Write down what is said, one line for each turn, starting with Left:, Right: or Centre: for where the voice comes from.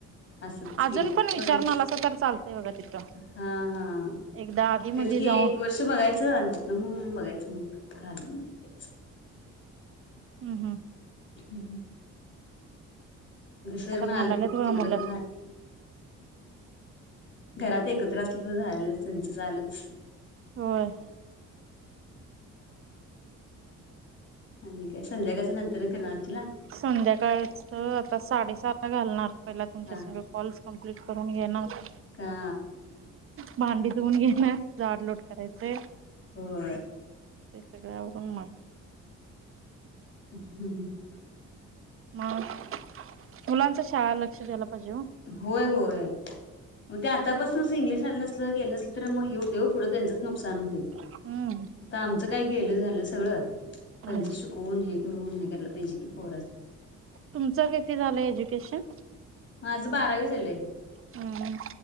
Left: असंच
Right: अजून
Left: की
Right: पण विचारून
Left: बघायच
Right: आलासा तर चालतंय बघा तिथं
Left: हा हा
Right: एकदा आधी मधी
Left: तेच की
Right: जाऊन
Left: एक वर्ष बघायचं अ त ना मग बघायचं मग खालघायच
Right: हम् हम्म
Left: हम् सर
Right: आता
Left: माल
Right: भांडायल्यात
Left: त
Right: बघा
Left: तकड
Right: मुलं
Left: का का घरात एकत्र असलं तर झालं त्यांच चालूच
Right: होय
Left: आणि काय संध्याकाळच्या नंतर करणार असशीला?
Right: संध्याकाळच आ आता साडेसहा घालणार पहिला तुमच्या
Left: हा
Right: सगळे कॉल्स कम्प्लीट करून घेणार
Left: का
Right: भांडी देऊन घेणार जाडलोट करायचे
Left: हो
Right: सगळ्यावरून मग
Left: हम्म हम्म
Right: मग मुलांच शाळा लक्ष द्यायला पाहिजे
Left: होय होय मग ते आतापासूनच इंग्लिश आलं नसल गेलं नसलं तर मग येऊ देऊ पुढं त्यांचंच नुकसान होत आता
Right: हम्म
Left: आमचं काही गेलं झालं सगळं त्यांच
Right: हम्म
Left: शिकवून हे कररून हे करायला पहिजे की पोर
Right: तुमचं किती झालं एज्युकेशन
Left: आज बारावी झाले
Right: हम्म